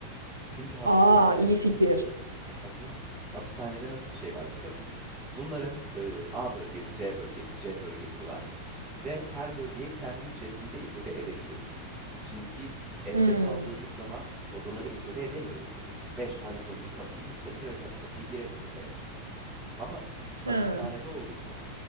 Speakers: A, on the right; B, on the right.
A: Çünkü hapishanede
B: Aa iyi fikir.
A: E tabii canım. Hapishanede nasıl bir şey var biliyor musun? Bunların e, A bölgesi, B bölgesi, C bölgesi var ve her bölgeyi kendi içerisinde izole edebiliyorsun. Şimdi biz evde
B: Hmm.
A: kaldığımız zaman odaları izole edemiyoruz. Beş tane zombi kapıyı itse kıracak kapıyı girecek odaya. Ama hapishanede
B: Hı,
A: olduk mu?